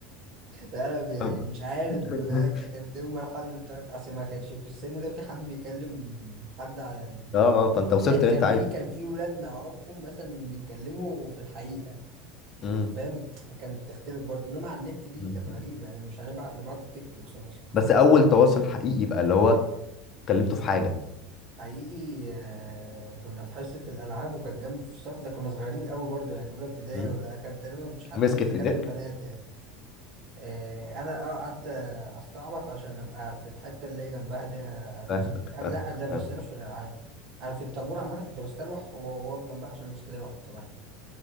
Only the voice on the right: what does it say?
لا انا يعني
مش عارف
بقى ك- كانت ايه المرحله اللي بتاعت اصل ما كانش في السن ده في حد بيكلم حد على ال...
يعني كان
في كان في ولاد نعرفهم مثلا بيتكلموا في الحقيقه
فاهم كانت تختلف برضه انما على النت دي
كانت
غريبه يعني مش هنبعت لبعض تيك توكس مثلا
حقيقي آه كنا في حصه الالعاب وكانت جنبي في الصف ده كنا صغيرين قوي برضه يعني اولى ابتدائي
ولا كان تقريبا مفيش حد
لسه كلم
بنات يعني إيه، انا اه قعدت استعبط عشان ابقى في الحته اللي هي جنبها اللي هي هتمسك
انا
لا ده بس
ده مش في الالعاب انا في الطابور عامه كنت بستلوح وهو واقف جنبها عشان امسك ايديها واحد صباعي